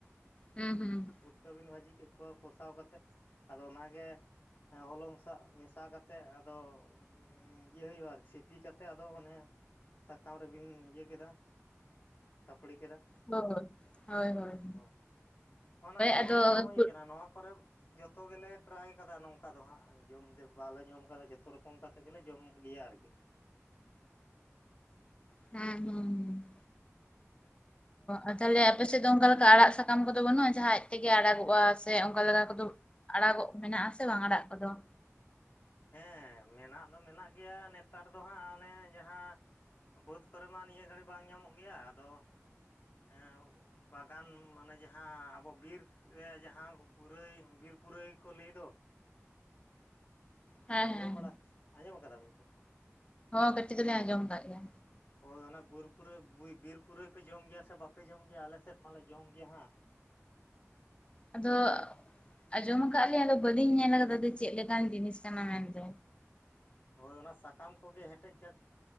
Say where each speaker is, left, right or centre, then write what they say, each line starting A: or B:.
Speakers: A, on the left (about 20°); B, on the left (about 45°).
A: ᱦᱩᱸ ᱦᱩᱸ ᱦᱩᱸ᱾
B: ᱯᱩᱴᱠᱟᱹ ᱵᱤᱱ ᱵᱷᱟᱹᱡᱤ ᱠᱮᱫ ᱠᱚᱣᱟ ᱠᱚᱥᱟᱣ ᱠᱟᱛᱮᱫ ᱟᱫᱚ ᱚᱱᱟᱜᱮ ᱦᱮᱸ ᱦᱚᱞᱚᱝ ᱥᱟᱜ ᱢᱮᱥᱟ ᱠᱟᱛᱮᱫ ᱟᱫᱚ ᱩᱸ ᱤᱭᱟᱹ ᱦᱩᱭᱩᱜᱼᱟ ᱟᱨ ᱥᱤᱯᱤ ᱠᱟᱛᱮᱫ ᱟᱫᱚ ᱚᱱᱮ ᱥᱟᱠᱟᱢ ᱨᱮᱵᱤᱱ ᱤᱭᱟᱹ ᱠᱮᱫᱟ ᱛᱷᱟᱯᱲᱤ ᱠᱮᱫᱟ᱾
A: ᱦᱳᱭ, ᱦᱳᱭ ᱦᱳᱭ ᱦᱳᱭ᱾
B: ᱦᱚᱸ ᱚᱱᱟ ᱡᱚᱢ
A: ᱟᱫᱚ
B: ᱫᱚ ᱡᱚᱢ
A: ᱦᱩᱸ
B: ᱦᱩᱭ ᱠᱟᱱᱟ, ᱱᱚᱣᱟ ᱠᱚᱨᱮᱜ ᱡᱚᱛᱚ ᱜᱮᱞᱮ ᱴᱨᱟᱭ ᱠᱟᱫᱟ ᱱᱚᱝᱠᱟ ᱫᱚ ᱦᱟᱸᱜ᱾ ᱡᱚᱢ ᱡᱮ ᱵᱟᱞᱮ ᱡᱚᱢ ᱠᱟᱫᱟ ᱡᱷᱚᱛᱚ ᱨᱚᱠᱚᱢ ᱠᱟ ᱠᱟᱛᱮ ᱜᱮᱞᱮ ᱡᱚᱢ ᱜᱮᱭᱟ ᱟᱨᱠᱤ᱾
A: ᱦᱩᱸ ᱦᱩᱸ ᱦᱩᱸ᱾
B: <inaudible>
A: ᱚ ᱛᱟᱦᱞᱮ ᱟᱯᱮ ᱥᱮᱫ ᱫᱚ ᱚᱱᱠᱟ ᱞᱮᱠᱟ ᱟᱲᱟᱜ ᱥᱟᱠᱟᱢ ᱠᱚᱫᱚ ᱵᱟᱹᱱᱩᱜᱼᱟ ᱡᱟᱦᱟᱸ ᱟᱡ ᱛᱮᱜᱮ ᱟᱲᱟᱜᱚᱜᱼᱟ ᱥᱮ ᱚᱱᱠᱟ ᱞᱮᱠᱟ ᱠᱚᱫᱚ ᱟᱲᱟᱜᱚᱜ ᱢᱮᱱᱟᱜ-ᱟ ᱥᱮ ᱵᱟᱝ ᱟᱲᱟᱜ ᱠᱚᱫᱚ?
B: ᱦᱮᱸ ᱢᱮᱱᱟᱜ ᱫᱚ ᱢᱮᱱᱟᱜ ᱜᱮᱭᱟ ᱱᱮᱛᱟᱨ ᱫᱚ ᱦᱟᱸᱜ ᱚᱱᱮ ᱡᱟᱦᱟᱸ ᱵᱟᱹᱫᱽ ᱠᱚᱨᱮ ᱢᱟ ᱱᱤᱭᱟᱹ ᱜᱷᱟᱹᱲᱤ ᱵᱟᱝ ᱧᱟᱢᱚᱜ ᱜᱮᱭᱟ ᱟᱫᱚ ᱦᱮᱸ ᱵᱟᱜᱟᱱ ᱢᱟᱱᱮ ᱡᱟᱦᱟᱸ ᱟᱵᱚ ᱵᱤᱨ ᱨᱮ ᱡᱟᱦᱟᱸ ᱯᱩᱨᱟᱹᱭ ᱵᱤᱨ ᱯᱩᱨᱟᱹᱭ ᱠᱚ ᱞᱟᱹᱭ ᱫᱚ,
A: ᱦᱮᱸ
B: ᱟᱸᱡᱚᱢ
A: ᱦᱮᱸ
B: ᱵᱟᱲᱟ ᱟᱸᱡᱚᱢ ᱠᱟᱫᱟ ᱵᱤᱱ ᱛᱚ?
A: ᱦᱚᱸ ᱠᱟᱹᱴᱤᱡ ᱫᱚᱞᱤᱧ ᱟᱸᱡᱚᱢ ᱠᱟᱜ ᱜᱮᱭᱟ᱾
B: ᱦᱳᱭ ᱚᱱᱟ ᱵᱩᱨ ᱯᱩᱨᱟᱹ ᱵᱤ ᱵᱤᱨ ᱯᱩᱨᱟᱹᱭ ᱯᱮ ᱡᱚᱢ ᱜᱮᱭᱟ ᱥᱮ ᱵᱟᱯᱮ ᱡᱚᱢ ᱜᱮᱭᱟ ᱟᱞᱮ ᱥᱮᱫ ᱢᱟᱞᱮ ᱡᱚᱢ ᱜᱮᱭᱟ ᱦᱟᱸᱜ᱾
A: ᱟᱫᱚ ᱟᱸᱡᱚᱢ ᱠᱟᱜ-ᱟ ᱞᱮᱧ ᱟᱫᱚ ᱵᱟᱹᱞᱤᱧ ᱧᱮᱞ ᱠᱟᱫᱟ ᱫᱚ ᱪᱮᱫ ᱞᱮᱠᱟᱱ ᱡᱤᱱᱤᱥ ᱠᱟᱱᱟ ᱢᱮᱱᱛᱮ᱾
B: ᱦᱳᱭ ᱚᱱᱟ ᱥᱟᱠᱟᱢ ᱠᱚᱜᱮ ᱦᱮᱴᱮᱡ <inaudible>